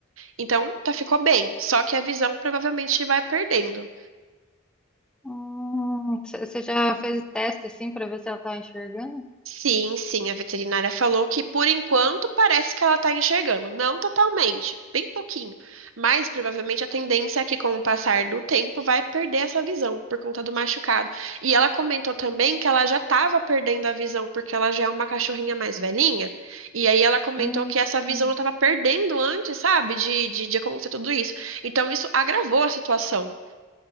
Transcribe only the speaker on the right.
Então, tá, ficou bem, só que a visão provavelmente vai perdendo.
Sim, sim, a veterinária falou que por enquanto parece que ela está enxergando, não totalmente, bem pouquinho, mas provavelmente a tendência é que com o passar do tempo vai perder essa visão por conta do machucado. E ela comentou também que ela já estava perdendo a visão porque ela já é uma cachorrinha mais velhinha, e aí ela comentou
que essa
visão ela estava perdendo antes, sabe, de, de, de acontecer tudo isso. Então isso agravou a situação.